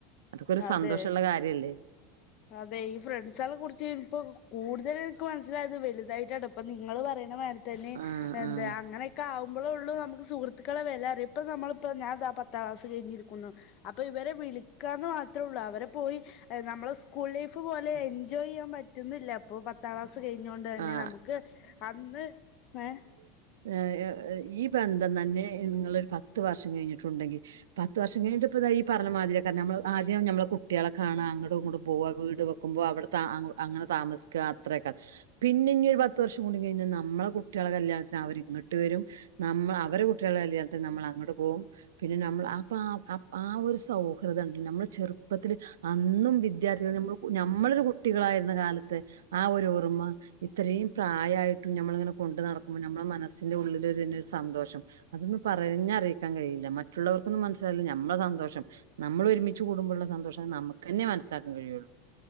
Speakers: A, on the right; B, on the left.
A: അതൊക്കൊരു
B: അതെ
A: സന്തോഷള്ള കാര്യല്ലേ
B: അതെ ഈ ഫ്രണ്ട്സളെ കുറിച്ച് ഇപ്പൊ കൂടുതല് ഇന്ക്ക് മനസ്സിലായത് വലുതായിട്ടാ ട്ടോ ഇപ്പൊ നിങ്ങള് പറയണ മാ തന്നെ
A: ആഹ്
B: എന്താ അങ്ങനെയൊക്കെആവു ബളൊള്ളൂ ഉള്ളൂ നമുക്ക് സുഹൃത്തുക്കളെ വിലഅറിയ ഇപ്പ നമ്മളിപ്പോ ഞാൻ ഇതാ പത്താം ക്ലാസ് കഴിഞ്ഞിരിക്കുന്നു അപ്പ ഇവരെ വിളിക്കാന്ന് മാത്രേള്ളൂ അവരെ പോയി നമ്മളെ സ് സ്കൂൾ ലൈഫ് പോലെ എൻജോയ് ചെയ്യാൻ പറ്റുന്നില്ല പ്പൊ പത്താം ക്ലാസ്‌ സ്‌ കഴിഞ്ഞൊണ്ട് തന്നെ
A: ആഹ്
B: നമുക്ക് അന്ന് ഏ
A: ഏ ഏ ഈ ഇപ്പൊ ന്താ ന്നെനെ ങ്ങളൊരു പത്ത് വർഷം കഴിഞ്ഞിട്ട് ട്ടുണ്ടെിൽ പത്ത് വർഷം കഴിഞ്ഞട്ട് ഇപ്പോ ദാ ഈ പറഞ്ഞ മാതിരിക്കെർ ഞ്ഞാ ആദ്യം നമ്മള കുട്ട്യാളെ കാണാം അങ്ങട്ട് അങ്ങട്ട പോവാ വീട് വക്കുമ്പോ അവിടെ താ അങ്ങോ അങ്ങനെ താമസിക്കാ അത്രയക്കെ പിന്നെ ഇഞ്ഞൊരു പത്ത് വർഷം കൂടികയിഞ്ഞാ നമ്മളെ കുട്ട്യാളെ കല്യാണത്തിന് അവരി ഇങ്ങട്ട് വരും നമ്മള് അവരെ കുട്ട്യാളെ കല്യാണത്തിന് നമ്മള് അങ്ങട്ട് പോകും പിന്നെ നമ്മള് അപ്പ ആ ഒരു സൗഹൃദം ണ്ട് നമ്മള് ചെറുപ്പത്തിൽ അന്നും വിദ്യാർത്ഥികൾ നമ്മ നമ്മളൊരു കുട്ടികളായിരുന്ന കാലത്തെ ആ ഒരു ഓർമ്മ ഇത്രയും പ്രായായിട്ടും ഞമ്മളിങ്ങനെ കൊണ്ട് നടക്കുമ്പോ നമ്മളെ മനസ്സിന്റെ ഉള്ളിലൊരുന്നെ ഒരു സന്തോഷം അതൊന്നന്ന് പറഞ്ഞറിയിക്കാൻ കഴിയില്ല മറ്റുള്ളവർക്കൊന്നും മനസ്സിലായില്ല നമ്മളെ സന്തോഷം നമ്മൾ ഒരുമിച്ച് കൂടുമ്പോള്ള സന്തോഷം നമുക്കെന്നെ മനസ്സിലാക്കാൻ കഴിയൊള്ളു